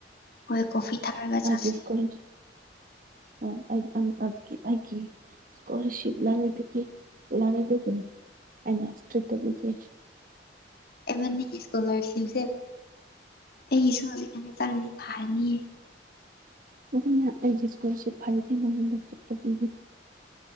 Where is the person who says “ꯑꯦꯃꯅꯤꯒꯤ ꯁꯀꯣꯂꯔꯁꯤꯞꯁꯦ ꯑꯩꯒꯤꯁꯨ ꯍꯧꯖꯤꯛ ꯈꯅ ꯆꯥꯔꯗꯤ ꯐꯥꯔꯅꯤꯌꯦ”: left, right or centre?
Left